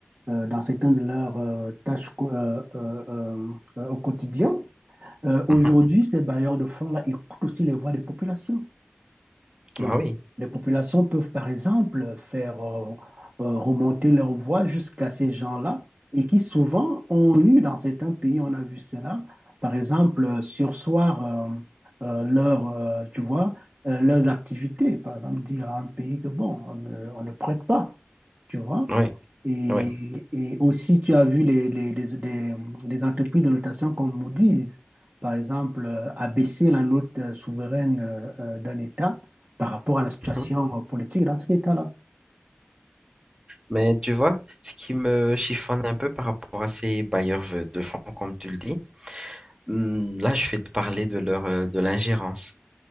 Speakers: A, on the right; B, on the right.
A: euh, dans certaines de leurs euh, tâches co- euh, euh, euh, euh, au quotidien. Euh, aujourd'hui,
B: mhm.
A: ces bailleurs de fonds-là écoutent aussi les voix des populations. Donc,
B: Bah oui,
A: les populations peuvent, par exemple, faire euh, euh, remonter leur voix jusqu'à ces gens-là et qui souvent ont eu, dans certains pays, on a vu cela, par exemple, euh, sursoir euh, euh, leur, euh, tu vois, euh, leurs activités. Par exemple, dire à un pays que, bon, on ne, on ne prête pas, tu vois.
B: oui,
A: Et,
B: oui.
A: et aussi, tu as vu les, les, les, les- les entreprises de notation comme Moody's, par exemple, euh, abaisser la note euh, souveraine euh, euh, d'un État par rapport à la situation
B: mhm.
A: politique dans cet État-là.
B: Mais tu vois, ce qui me chiffonne un peu par rapport à ces bailleurs v- de fonds, comme tu le dis, hmm, là, je vais te parler de leur, euh, de l'ingérence.